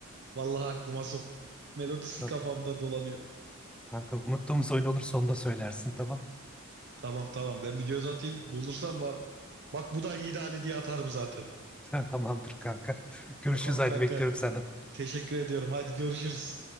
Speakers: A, on the right (about 55°); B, in the centre.
A: Vallahi aklıma soktun. Melodisi
B: Tamam
A: kafamda dolanıyor.
B: kanka unuttuğumuz oyun olursa onu da söylersin tamam.
A: Tamam tamam ben bir göz atayım. Bulursam bak, bak bu da iyi ideali diye atarım zaten.
B: <laughs> Tamamdır kanka. Görüşürüz
A: Tamam
B: haydi
A: kanka.
B: bekliyorum senden.
A: Teşekkür ediyorum. Hadi görüşürüz.